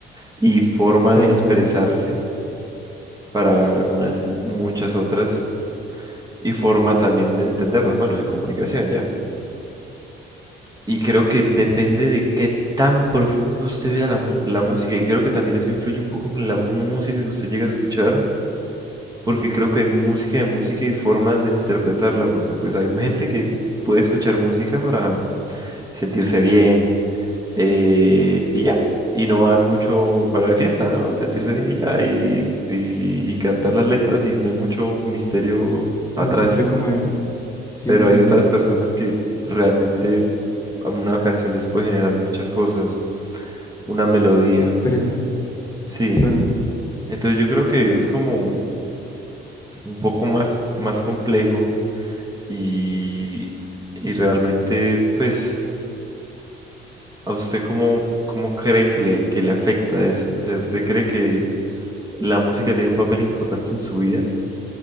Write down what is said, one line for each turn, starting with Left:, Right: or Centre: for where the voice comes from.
Right: y forma
Left: Claro,
Right: de expresarse para algunas, muchas otras, y forma también de entendernos, bueno, de comunicación ya. Y creo que depende de qué tan profundo usted vea la, mu- la música, y creo que también eso influye un poco con la mu- música que usted llega a escuchar, porque creo que hay música de música y formas de interpretarla, porque pues hay gente que puede escuchar música para sentirse bien eh, y ya. Y no van mucho para de fiesta, ¿no? Sentirse bien y ya. Y, y, y cantar las letras y no hay mucho misterio atrás.
Left: tan simple como eso. Sí,
Right: Pero
Left: entiendo.
Right: hay otras personas que realmente a una canción les puede generar muchas cosas. Una melodía.
Left: Presa,
Right: Sí.
Left: claro.
Right: Entonces yo creo que es como un poco más, más complejo y, y realmente pues ¿A usted cómo, cómo cree que le, que le afecta eso? O sea, ¿usted cree que la música tiene un papel importante en su vida?